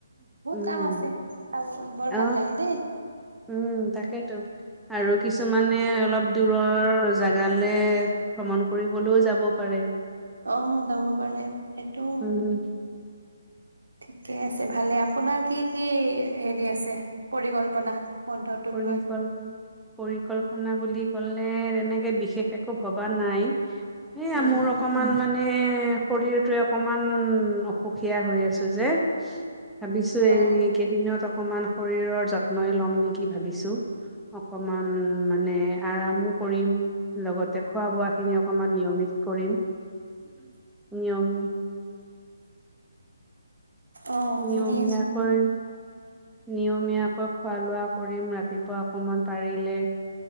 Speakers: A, on the right; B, in the centre.
A: বহুত
B: উম,
A: কাম আছে চাব বৰ
B: অ'।
A: ভাল লাগে দেই
B: উম, তাকেইতো। আৰু কিছুমানে অলপ দূৰৰ জাগালে ভ্ৰমণ কৰিবলৈও যাব। পাৰে।
A: অ', যাব পাৰে সেইটো
B: উম
A: ঠিকে আছে ভালে আপোনাৰ কি কি হেৰি আছে পৰিকল্পনা? বন্ধটোক
B: পৰিকল্প,
A: লৈ
B: পৰিকল্পনা বুলি ক'লে এনেকে বিশেষ এক ভবা নাই
A: উম
B: মোৰ অকমান মানে মানে শৰীৰটোৱে অকমান অসুখীয়া হৈ আছো যে। ভাবিছো
A: অ
B: এই কেইদিনত অকমান শৰীৰৰ যত্নই লম নেকি। কি ভাবিছো, অকমান মানে আৰামো কৰিম। লগতে খোৱা বোৱা খিনি অকমান নিয়মিত কৰিম নিয়মি
A: অ',
B: নিয়মীয়াকৈ
A: শুনি আছো।
B: নিয়মীয়াকৈ খোৱা লোৱা কৰিম ৰাতিপুৱা অকমান পাৰিলে